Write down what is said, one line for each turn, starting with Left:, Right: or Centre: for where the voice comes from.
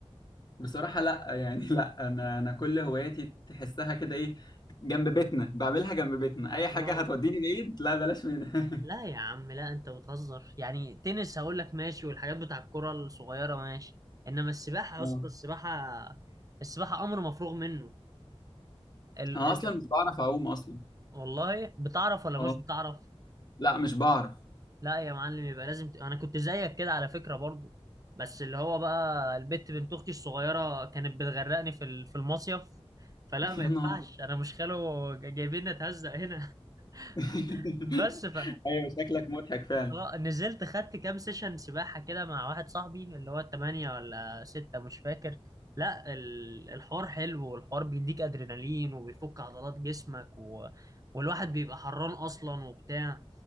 Left: بصراحه لا يعني لا انا انا كل هواياتي تحسها كده ايه جنب بيتنا بعملها جنب بيتنا اي حاجه
Right: اه
Left: هتوديني بعيد لا بلاش منها
Right: لا يا عم لا انت بتهزر يعني تنس هقول لك ماشي والحاجات بتاع الكرة الصغيرة ماشي انما السباحة يا
Left: <laughs>
Right: اسطى السباحة السباحة امر مفروغ منه ال...
Left: انا
Right: ال...
Left: اصلا مش بعرف اعوم اصلا
Right: والله بتعرف ولا
Left: اه
Right: مش بتعرف
Left: لا مش بعرف
Right: لا يا معلم يبقى لازم ت... انا كنت زيك كده على فكرة برضو بس اللي هو بقى البت بنت اختي الصغيرة كانت بتغرقني في ال... في المصيف فلا
Left: <laughs>
Right: ما
Left: يا
Right: ينفعش
Left: نهار
Right: انا مش خاله جايبين نتهزق هنا
Left: <laughs>
Right: <laughs> بس ف
Left: ايوه شكلك مضحك فعلا
Right: اه نزلت خدت كام سيشن سباحة كده مع واحد صاحبي اللي هو التمانية ولا ستة مش فاكر لا ال- الحوار حلو والحوار بيديك أدرينالين وبيفك عضلات جسمك و... والواحد بيبقى حران أصلا وبتاع